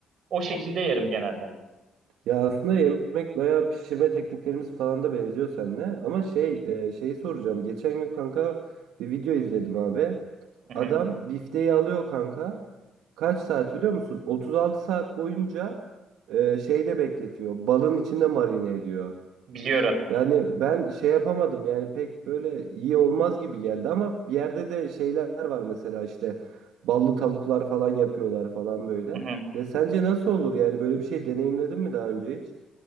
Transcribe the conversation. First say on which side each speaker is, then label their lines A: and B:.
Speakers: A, on the right (about 65°); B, on the right (about 90°).
A: O şekilde yerim genelde.
B: Ya aslında yemek bayağı pişirme tekniklerimiz falan da benziyor seninle. Ama şey e, şeyi soracağım. Geçen gün kanka bir video izledim abi.
A: Hı hı.
B: Adam bifteyi alıyor kanka. Kaç saat biliyor musun? 36 saat boyunca e, şeyde bekletiyor. Balın içinde marine ediyor.
A: Biliyorum.
B: Yani ben şey yapamadım yani pek böyle iyi olmaz gibi geldi ama bir yerde de şeyler var mesela işte ballı tavuklar falan yapıyorlar falan böyle.
A: Hı hı.
B: Ya sence nasıl olur yani böyle bir şey deneyimledin mi daha önce hiç?